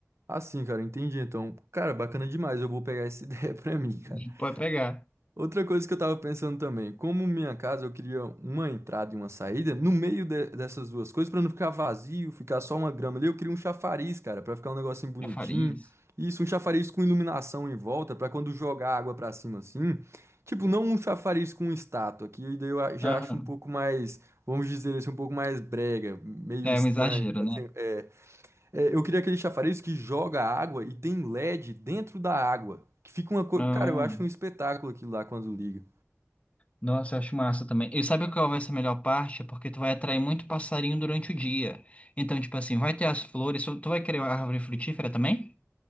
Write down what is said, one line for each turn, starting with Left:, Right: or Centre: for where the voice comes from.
Right: Assim, cara, entendi. Então, cara, bacana demais. Eu vou pegar essa <laughs> ideia pra mim, cara.
Left: <laughs> Pode pegar.
Right: Outra coisa que eu tava pensando também, como minha casa eu queria uma entrada e uma saída, no meio de- dessas duas coisas, pra não ficar vazio, ficar só uma grama ali, eu queria um chafariz, cara, pra ficar um negocinho bonitinho.
Left: É farinha.
Right: Isso, um chafariz com iluminação em volta, pra quando jogar água pra cima assim. Tipo, não um chafariz com estátua, que daí eu a- já
Left: Aham.
Right: acho um pouco mais, vamos dizer assim, um pouco mais brega, meio
Left: É
Right: estranho
Left: um exagero,
Right: para ter. é, é, eu queria aquele chafariz que joga água e tem LED dentro da água. Que fica uma coisa.
Left: né?
Right: Cara, eu acho um espetáculo aquilo lá quando liga.
Left: Nossa, eu acho massa também. E sabe qual vai ser a melhor parte? É Porque tu vai atrair muito passarinho durante o dia. Então, tipo assim, vai ter as flores. Tu vai querer a árvore frutífera também?